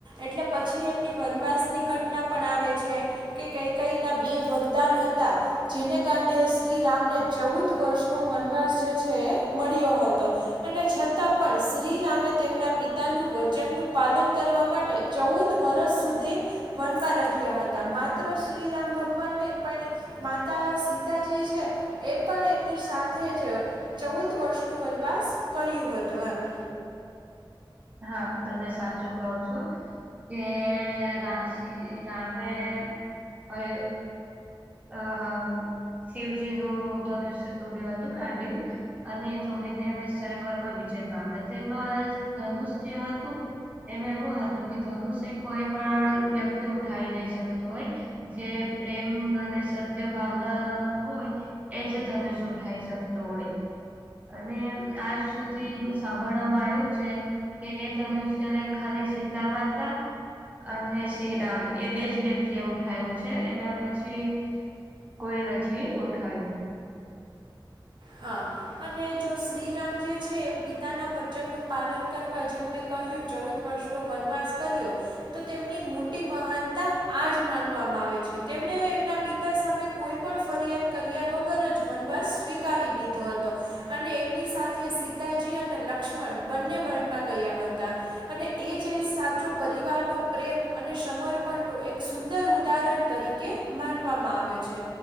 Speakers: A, on the right; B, on the right.
A: એટલે પછી એમની વનવાસની ઘટના પણ આવે છે. કે કૈકૈય ના બે વરદાન હતા. જેને કારણે શ્રી રામને ચૌદ વર્ષનો વનવાસ જે છે એ મળ્યો હતો. અને છતાં પણ શ્રીરામે તેમના પિતાનું વચનનું પાલન કરવા માટે ચૌદ વરષ સુધી વનમાં રહ્યા હતા માત્ર શ્રીરામ ભગવાન નહીં પણ માતા સીતાજી છે એ પણ એમની સાથે જ ચૌદ વર્ષનું વનવાસ કર્યું હતું એમ
B: હા તમે સાચું કહો છો. કે અ શ્રી રામે અયો અ શિવજી નું ધનુષ્ય તોડ્યું હતું ગાંડીવ અને તોડીને એમને સ્યંવર પર વિજય પામ્યો તેમાં ધનુષ જે હતું એનું એવું હતું કે ધનુષ એ કોઈ પણ વ્યક્તિ ઉઠાવી નહી શકતું હોય જે પ્રેમ અને સત્ય ભાવના નો હોય એ જ ધનુષ ઉઠાઈ શકતો હોય અને આજ સુધી સાંભળવામાં આવ્યું છે. કે એ ધનુષ્યને ખાલી સીતા માતા અને શ્રીરામ એ બે જ વ્યક્તિએ ઉઠાયું છે એના પછી કોઈએ નથી ઉઠાયવુ
A: હા અને જો શ્રીરામ જે છે પિતાના વચનનું પાલન જેમ મે- કહ્યું ચૌદ વર્ષનો વનવાસ કર્યો. તો તેમની મોટી મહાનતા આજ માનવામાં આવે છે તેમણે એમના પિતા સામે કોઈપણ ફરિયાદ કર્યા વગર જ વનવાસ સ્વીકારી લીધો હતો. અને એમની સાથે સીતાજી અને લક્ષ્મણ બંને વન માં ગયા હતા. અને એ જે સાચો પરિવારનો પ્રેમ અને સમર્પણનું એક સુંદર ઉદાહરણ તરીકે! માનવામાં આવે છે